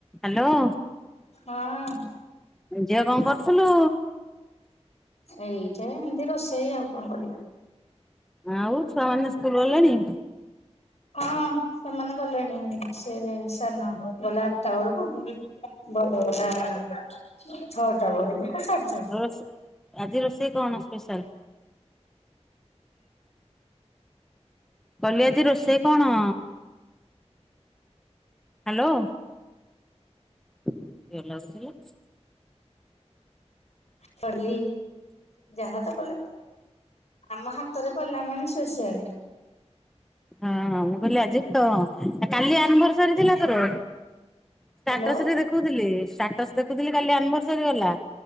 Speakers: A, in the centre; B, on the left.
A: Hello
B: ହଁ
A: ଝିଅ କଣ କରୁଥିଲୁ
B: ଏଇଟା ଏମିତି ରୋଷେଇ ଆଉ କଣ କରିବା
A: ଆଉ ଛୁଆ ମାନେ ସ୍କୁଲ ଗଲେଣି
B: ହଁ ସେମାନେ ଗଲେଣି ସେ ସାନ ଗଲା ଆଠଟା ବେଳକୁ ବଡ଼ ବଲା ଛଅଟା ବ କ ସାରଛ
A: ରୋଷେ ଆଜି ରୋଷେଇ କଣ ସ୍ପେଶାଲ? କଲି ଆଜି ରୋଷେଇ କଣ? ହ୍ୟାଲୋ କିଏ ଲାଗୁଥିଲା?
B: ସଲି ଯାହା ତ କଲେ ଆମ ହାତରେ ଗଲା ମାନେ ସ୍ପେଶାଲ
A: ହଁ ମୁଁ କହିଲି ଆଜି ତ କାଲି ଆନଭରସରୀ ଥିଲା ତୋର? ଷ୍ଟାଟସ
B: ହ୍ୟାଲୋ
A: ରେ ଦେଖୁଥିଲି ଷ୍ଟାଟସ ଦେଖୁଥିଲି କାଲି ଆନିଭର୍ସରୀ ଗଲା।